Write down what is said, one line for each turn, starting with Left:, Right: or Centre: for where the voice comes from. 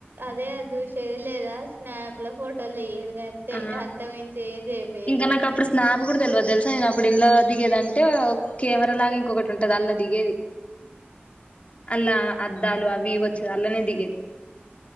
Right: అదే అది చూసేది లేదా స్నాప్ లో ఫోటోలు దిగేది గంతే
Left: ఆ
Right: అంత మించి ఏం చేపియ్యదు
Left: ఇంకా నాకు అప్పుడు స్నాప్ కూడా తెలివదు తెలుసు నేను అప్పుడు ఇంలో దిగేదింటే కెమెరా లాగా ఇంకొకటి ఉంటది అందులో దిగేది అల్లా అద్దాలు అవి ఇవి వచ్చేది అందులోనే దిగేది